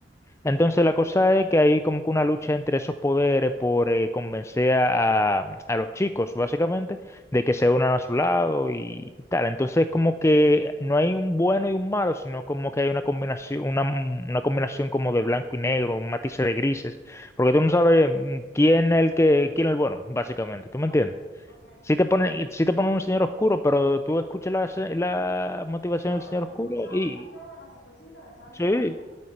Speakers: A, on the left; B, on the left.
A: Entonces la cosa es que hay como que una lucha entre esos poderes por eh, convencer a, a los chicos, básicamente, de que se unan a su lado y, y tal. Entonces como que no hay un bueno y un malo, sino como que hay una combinación, una, mm, una combinación como de blanco y negro, un matiz de grises, porque tú no sabes mm, quién es el que, quién es el bueno, básicamente. ¿Tú me
B: Ok,
A: entiendes?
B: ok.
A: si te ponen, si te ponen un señor oscuro, pero tú escuchas la, se- la motivación
B: No,
A: del señor
B: pero se
A: oscuro
B: escucha bastante
A: y
B: bueno, se escucha interesante
A: sí,
B: la verdad.